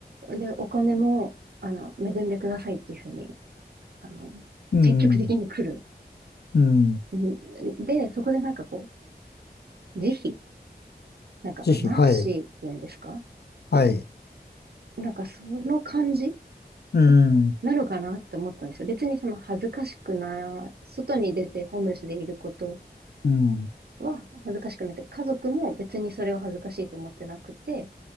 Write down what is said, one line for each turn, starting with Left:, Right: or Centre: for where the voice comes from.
Right: で、お金も、あの、恵んでくださいっていうふうに、あの、
Left: うん、
Right: 積極的に来る。
Left: うん。
Right: んで、そこでなんかこう、慈悲なんか、
Left: ぜひ、
Right: マーシーっていうんですか
Left: はい、はい。
Right: なんかその感じ
Left: うん、
Right: なのかなって思ったんですよ。別にその恥ずかしくな、外に出てホームレスでいること
Left: うん、
Right: は恥ずかしくなくて、家族も別にそれを恥ずかしいと思ってなくて、